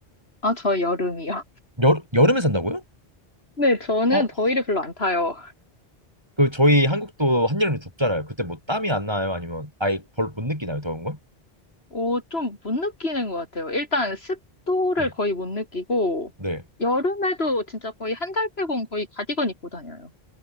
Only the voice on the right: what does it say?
여, 여름에 산다고요?
어,
그 저희 한국도 한여름에 덥잖아요. 그때 뭐 땀이 안 나요? 아니면 아예 별로 못 느끼나요? 더운 걸?
네.
네.